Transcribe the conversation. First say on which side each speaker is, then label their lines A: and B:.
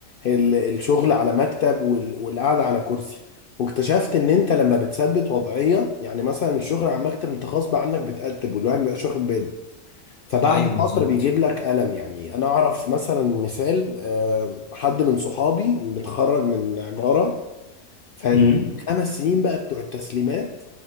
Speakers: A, on the left; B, on the left.
A: ال- الشغل على مكتب وال- والقعدة على كرسي واكتشفت إن أنت لما بتثبت وضعية يعني مثلا الشغل على مكتب أنت غصب عنك بتقتب والواحد مبيبقاش واخد باله فبعد
B: ايوه
A: فترة
B: بالظبط
A: بيجيب لك ألم يعني أنا أعرف مثلا مثال آه، حد من صحابي متخرج من عمارة فالخمس
B: هم؟
A: سنين بقى بتوع التسليمات